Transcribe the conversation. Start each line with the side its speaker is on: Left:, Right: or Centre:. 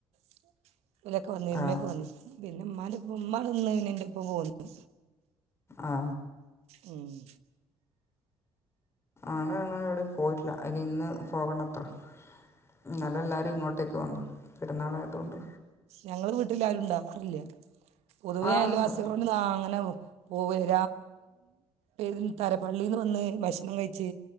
Right: <unintelligible> ഇമ്മയക്ക്
Left: ആ
Right: വന്ന് പിന്നെ ഉമ്മാന്റെപ്പോ ഉമ്മ നിന്നുകഴിഞ് എൻ്റെ പ്പോ പോന്ന്
Left: ആ
Right: ഹ്മ്മ്
Left: ആണ് അങ്ങനെ എവിടെ പോയിട്ടില്ല ഇനി ഇന്ന് പോകണത്ര ഇന്നലെല്ലാരും ഇങ്ങോട്ട് <unintelligible> പെരുന്നാളായതുകൊണ്ട്
Right: ഞങ്ങള് വീട്ടിൽ ആരുണ്ടാവാറില്ല പൊതുവെ
Left: ആ
Right: അയൽവാസികളോട്
Left: ഉണ്ട്
Right: അങ്ങനെ പോവരും ര തര പള്ളിന്ന് വന്ന് ഭക്ഷണം കഴിച്ച്